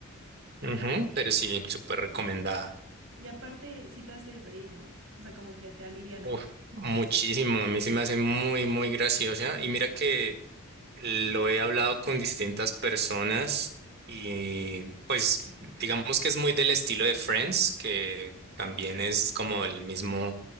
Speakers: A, on the right; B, on the right.
A: Ujú, pero sí, súper recomendada.
B: Y aparte, sí te hace reír, ¿no? O sea, como que te aliviana.
A: Uf, muchísimo, a mí se me hace muy, muy graciosa. Y mira que Lo he hablado con distintas personas y pues digamos que es muy del estilo de Friends, que también es como el mismo,